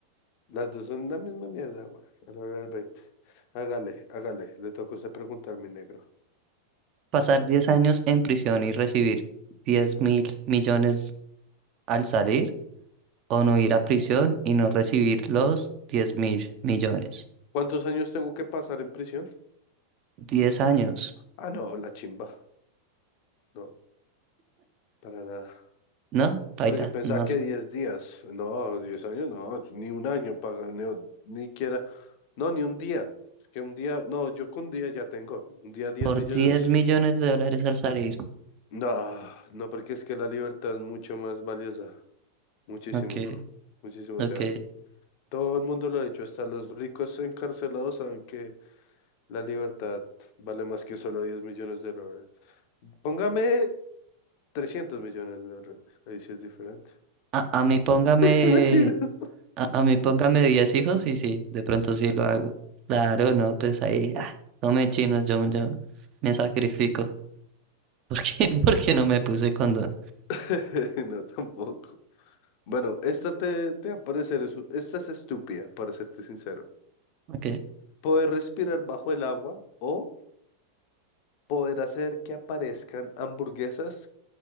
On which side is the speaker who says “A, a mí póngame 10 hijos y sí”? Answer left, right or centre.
Right